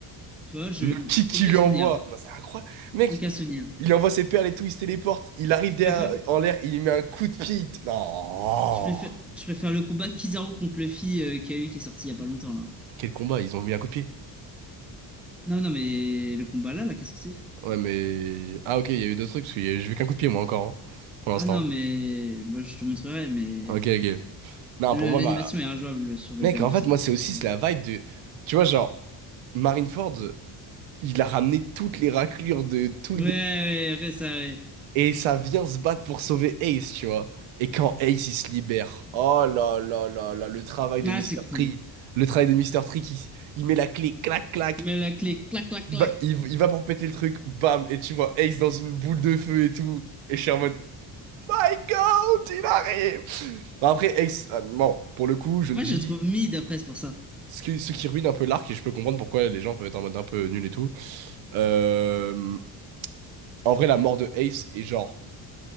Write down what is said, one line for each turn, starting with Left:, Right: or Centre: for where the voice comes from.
Centre: Tu vois, je
Right: Le kick qu'il
Centre: aucun
Right: lui
Centre: souvenir.
Right: envoie. Non, c'est incroyable. Mec,
Centre: Donc à se dire.
Right: Il envoie ses perles et tout, il se téléporte, il arrive derrière,
Centre: Je préfère,
Right: en l'air, il lui met un coup de pied. il t- Non!
Centre: je préfère, je préfère le combat Kizaru contre Luffy euh, qu'il y a eu qui est sorti il y a pas longtemps là.
Right: Quel combat, ils ont mis un coup de pied.
Centre: Non, non, mais le combat là, là, qui est sorti.
Right: Ouais, mais. Ah, ok, il y a eu d'autres trucs, parce que y a- j'ai vu qu'un coup de pied, moi, encore, hein, pour l'instant.
Centre: Ah non, mais bon, je te montrerai, mais
Right: Ok, ok. Non,
Centre: le-
Right: pour moi,
Centre: l'animation
Right: bah
Centre: est injouable sur les
Right: mec,
Centre: derniers
Right: en
Centre: épisodes.
Right: fait, moi, c'est
Centre: Mais-
Right: aussi c'est la vibe de. Tu vois, genre, Marineford, il a ramené toutes les raclures de tout
Centre: Ouais,
Right: le dé-
Centre: ouais, ouais, ça, ouais.
Right: Et ça vient se battre pour sauver Ace, tu vois. Et quand Ace, il se libère, oh là là là là, le travail de
Centre: Ah,
Right: Mister
Centre: c'est cool.
Right: Tree. Le travail de Mister Tree qui il met la clé, clac, clac.
Centre: Tu mets la clé, clac, clac,
Right: Il
Centre: clac.
Right: va, il, il va pour péter le truc, bam. Et tu vois Ace dans une boule de feu et tout. Et je suis en mode, My God, il arrive! Bon, après, Ace, euh, non, pour le coup, je le
Centre: Moi,
Right: dis,
Centre: je le trouve mid après, c'est pour ça.
Right: ce qui, ce qui ruine un peu l'arc, et je peux comprendre pourquoi les gens peuvent être en mode un peu nul et tout. euh, en vrai, la mort de Ace est genre